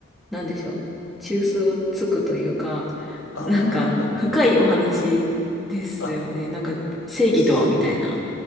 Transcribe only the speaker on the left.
ああ、
はい。
あ、
す